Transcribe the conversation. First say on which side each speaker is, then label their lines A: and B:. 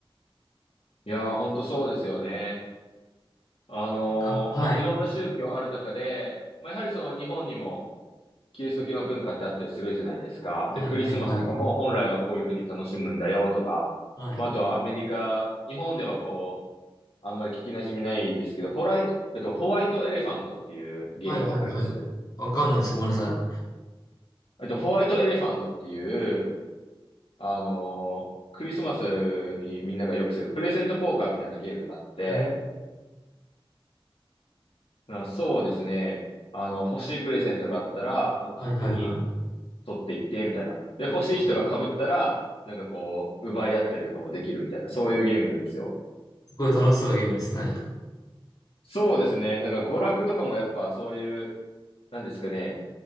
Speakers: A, on the left (about 80°); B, on the left (about 40°).
A: いやー、ほんとそうですよね。あのーまあ、
B: なんか、はい。
A: いろんな宗教ある中で、まあ、やはりその日本にもキリスト教の文化ってあったりするじゃないですか。
B: はいはいはい。
A: で、クリスマスとかも本来はこういうふうに楽しむんだよとか、
B: はい。
A: まあ、あとはアメリカ、日本ではこう、あんまり聞き馴染みないですけど、ホライト、えっと、ホワイトエレファントっていうゲームはわかります
B: はいはいはい。わかんないです。ごめんなさ
A: えっと、ホワイトエレファントっていう、あのークリスマスにみんながよくするプレゼント交換みたいなゲームがあって、
B: い。えー
A: あそうですね。あの、欲しいプレゼントがあったら、もう勝手に
B: はいはいはい。
A: 取っていって、みたいな。で、欲しい人が被ったら、
B: あ、
A: なんかこう、奪い合ったりとかもできるみたいな、そういうゲームなんですよ。
B: すごい楽しそうなゲームですね。はい
A: そうですね。なんか娯楽とかもやっぱそういう、なんですかね。